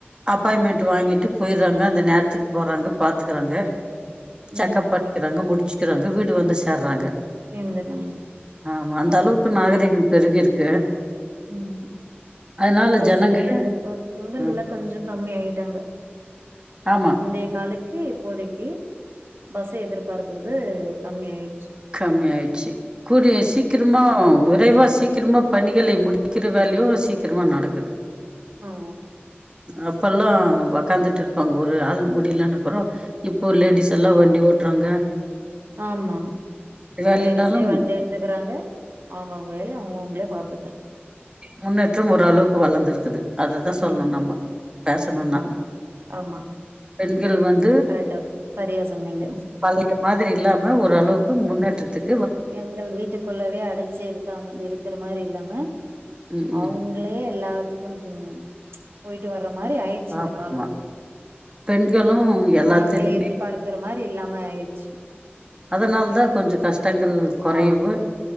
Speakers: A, on the right; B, on the right.
A: அப்பாயின்மெண்ட்டு வாங்கிட்டு போயிறாங்க அந்த நேரத்துக் போறாங்க பாத்துக்குறாங்க செக்கப்
B: ம்
A: பண்ணிக்கிறாங்க முடிச்சுக்கிறாங்க வீடு வந்து சேர்றாங்க
B: சேர்ந்தர்றாங்க
A: ஆமா அந்த அளவுக்கு நாகரீகம் பெருகிருக்கு
B: ம்
A: அதனால
B: பஸ்சே
A: ஜனங்க
B: எதிர்பார்க் பெங்கல்லா
A: அ
B: கொஞ்சோ கம்மி ஆயிட்டாங்க
A: ஆமா
B: முந்தய காலக் கு இப்போதைக்கு பஸ்சு எதிர்பாக்குறது கம்மி ஆயிச்சு
A: கம்மி ஆயிச்சி கூடிய சீக்கர மா விரைவா சீக்கிரமா பணிகளை முடிக்கிற வேலையு சீக்கிரமா நடக்குது
B: ம்
A: அப்பல்லா ஒக்காந்துட்டு இருப்பாங்க ஒரு ஆள் முடியலனாக்குற இப்போ லேடிஸ் எல்லா வண்டி ஓட்றாங்க
B: ஆமா
A: வேலைனாலும்
B: லேடிசே வண்டி எடுத்துக்குறாங்க அவுங்க அவுங்க வேலைய அவங்கவுங்களே பாத்
A: முன்னேற்றம் ஓரளவுக்கு வளர்ந்திருக்குது அதுதான்
B: ம்
A: சொல்ணு நம்ம பேசணுன்னா
B: ஆம் ஆமா
A: பெண்கள் வந்
B: கரெக்டா சரியா சொன்னீங்க
A: பழைய மாதிரி இல்லாம ஓரளவுக்கு முன்னேற்றத்துக்
B: எங்கள் வீட்டுக்குள்ளவே அடைச்சி இருக்காம இருக்கற மாரி இல்லாம
A: ம், ம்.
B: அவுங் ள்ளயே எல்லாத்துக்கு போயிட்டு வர மாரி ஆய் ருச்சு
A: ஆமா.
B: இந்த காலோம்
A: பெண்களு எல்லாத்திலுமே
B: ஆண்களை எதிர்பார்க் குற மாரி இல்லாம ஆயிச்சி
A: அதுனால் தான் கொஞ்சோ கஷ்டங்கள் கொறைவு
B: ஆ